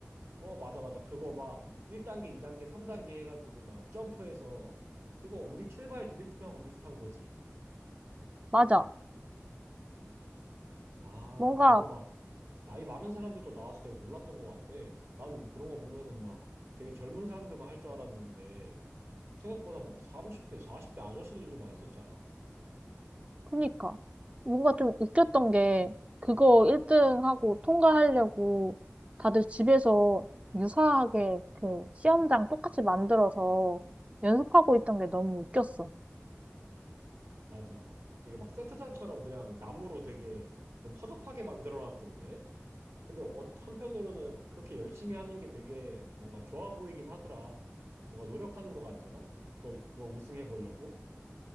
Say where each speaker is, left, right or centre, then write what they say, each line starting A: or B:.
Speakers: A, on the right; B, on the right.
A: 어 맞아 맞아 그거 막 1단계 2단계 3단계 해가지고 막 점프해서 그거 우리 출발 드림팀하고 비슷한 거지
B: 맞아.
A: 아
B: 뭔가,
A: 그거 막 나이 많은 사람들도 나와서 되게 놀랐던 것 같아 난 그런 거 보면은 막 되게 젊은 사람들만 할 줄 알았는데 생각보다 막 30대 40대 아저씨들도 막 있었잖아
B: 그니까. 뭔가 좀 웃겼던 게, 그거 1등하고 통과하려고 다들 집에서 유사하게 그 시험장 똑같이 만들어서 연습하고 있던 게 너무 웃겼어.
A: 맞아 되게 막 세트장처럼 그냥 나무로 되게 좀 허접하게 만들어 놨던데 근데 어- 한편으로는 그렇게 열심히 하는 게 되게 뭔가 좋아 보이긴 하더라. 뭔가 노력하는 것 같잖아? 그거, 그거 우승해 보려고?